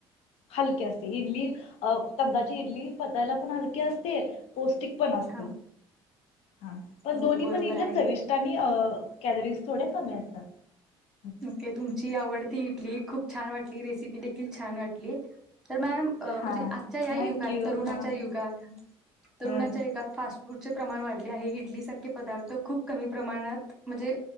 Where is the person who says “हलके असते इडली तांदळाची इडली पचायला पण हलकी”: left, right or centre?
Left